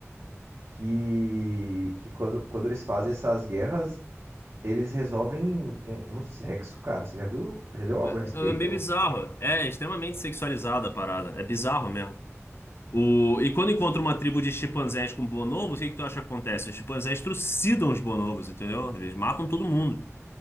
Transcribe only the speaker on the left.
É,
é meio bizarro. É extremamente sexualizada a parada. É bizarro mesmo. O... E quando encontra uma tribo de chimpanzés com bonobos, o que que tu acha que acontece? Os chimpanzés trucidam os bonobos, entendeu? Eles matam todo mundo